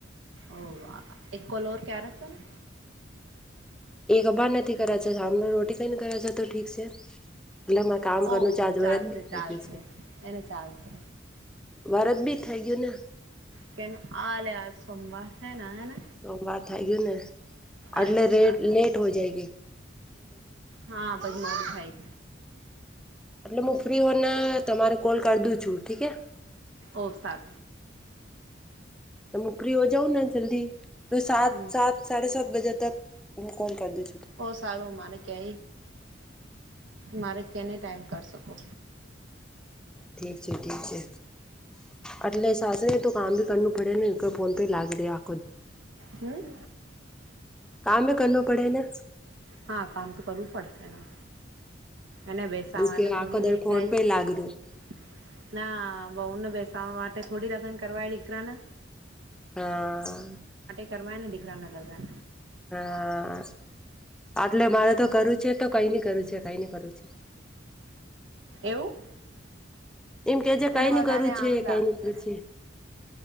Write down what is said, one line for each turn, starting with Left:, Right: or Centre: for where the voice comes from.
Right: ઓ એકોલોર ક્યારે શેને
Centre: એકબાર નથી કદાચ સાને રોટી કઈને કરે છે, તો ઠીક છે. એટલે મે કામ કરીને
Right: ઓ
Centre: ચાર્જ
Right: ચાલશે
Centre: વરજ બી થઈ
Right: ચાલશે
Centre: ગયું છે,
Right: એને ચાલશે
Centre: વરજ બી થ ય ગયુંને
Right: કે આલે આજ સોમવાર હે ને હે ને
Centre: સોમવાર થઈ ગયું ને એટલે
Right: અચ્છા
Centre: રે લેટ હો જાય ગયુ
Right: હા પગમાં દુખાઈ
Centre: એટલે હું ફ્રી હોને તમારે કોલ કર દું છુ ઠીક હે
Right: ઓફ સાર
Centre: તમે ફ્રી હો જાઓ ને જલ્દી તો સાત
Right: હમ
Centre: સાત સાડે સાત બજે તક હું કોણ કરદી
Right: બો સારું માને કય મારે કેને ટાઈમ કાઢી શકો
Centre: ઠીક છે, ઠીક છે, એટલે સાશે તો કામ ભી કરનું આપડેને ફોન પરે લાગે આ
Right: હમ.
Centre: કામ એ કરનો પડેને
Right: હા કામ તો કરવું પડશે હા અને બેસાવાનું
Centre: દુકે
Right: થોડી
Centre: આખો
Right: વેચાય
Centre: દાડ ફોન પે લાગી રહ્યો
Right: ના બોવને બેસાડવા માટે થોડી લગન કરવાય દીકરાને
Centre: હા.
Right: કરમાય ને દીકરાના લગ્ન
Centre: હા. આટલે મારે તો કરવું છે તો કઈ ની કરું છે, કઈ ની કરું છે.
Right: એવું
Centre: એમ કે જે કઈ
Right: એને બધાને
Centre: નઈ કરવું
Right: આમી
Centre: છે
Right: લાગશે
Centre: કઈ નઈ કરવું છે